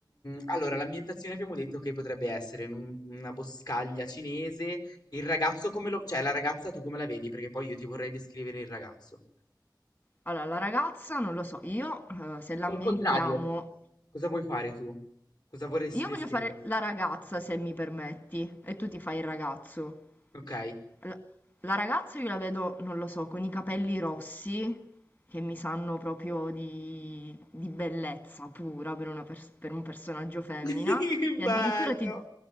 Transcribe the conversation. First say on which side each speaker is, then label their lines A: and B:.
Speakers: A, on the left (about 60°); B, on the left (about 30°).
A: allora, l'ambientazione abbiamo detto che potrebbe essere in un- una boscaglia cinese. Il ragazzo come lo... cioè la ragazza tu come la vedi? Perché poi io ti vorrei descrivere il ragazzo.
B: Allora, la ragazza, non lo so, io eh, se l'ambientiamo...
A: O il contrario. Cosa vuoi fare tu? Cosa vorresti
B: Io
A: descrivere?
B: voglio fare la ragazza, se mi permetti, e tu ti fai il ragazzo.
A: Ok.
B: La la ragazza io la vedo, non lo so, con i capelli rossi, che mi sanno proprio di di bellezza pura per una pers per un personaggio femmina,
A: <laughs>
B: e
A: Bello.
B: addirittura ti